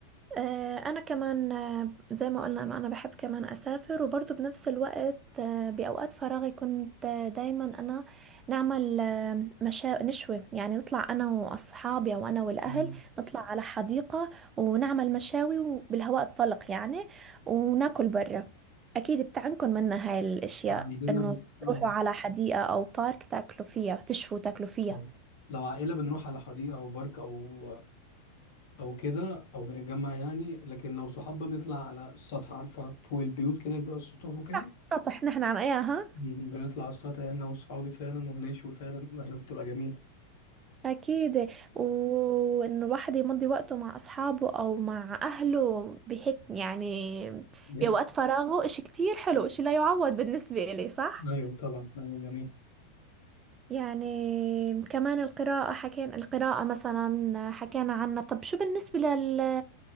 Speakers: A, on the right; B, on the left.
A: آه، انا كمان آه، زي ما قلنا انا انا بحب كمان اسافر وبرضه بنفس الوقت آه، باوقات فراغي كنت آه، دايما انا نعمل آه، مشا نشوي يعني نطلع انا واصحابي او انا والاهل
B: يعني
A: نطلع على حديقة ونعمل مشاوي وبالهواء الطلق يعني وناكل برا اكيد بتعنكم منا هاي الاشياء
B: عندنا
A: انه
B: بس آه.
A: تروحوا على حديقة او بارك تاكلوا فيها تشووا تاكلوا فيها
B: آه. لو عائلة بنروح على حديقة أو بارك أو أو كده أو بنتجمع يعني لكن لو صحاب بنطلع على السطح عارفة فوق البيوت كده بيبقى السطوح وكده
A: صح، سطح نحن عن اياها
B: م- بنطلع على السطح يعني، أنا وصحابي فعلا ونشوي فعلا ما هي <laughs> بتبقى جميلة
A: أكيد وإن الواحد يمضي وقته مع أصحابه أو مع أهله بهيك يعني
B: بيبقى-
A: بوقت فراغه إشي كتير حلو إشي لا يعوض بالنسبة إلي صح؟
B: أيوة طبعا حاجة جميلة
A: يعني كمان القراءة حكينا القراءة مثلا حكينا عنها طب شو بالنسبة لل